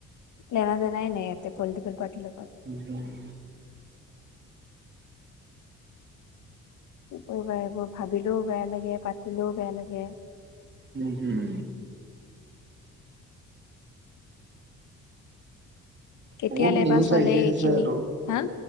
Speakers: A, on the left (about 75°); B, on the right (about 35°).
A: লেনা য নাই নাই এয়া পলিটিকেল পাৰ্টি লগত।
B: হুম।
A: কি কৰিবা এইবোৰ ভাবিলেও বেয়া লাগে পাতিলেও বেয়া লাগে।
B: উম উম।
A: কেতিয়ালে
B: বহুত নিউজ
A: বা চলে
B: আহি
A: এইখিনি
B: আছে আৰু।
A: হা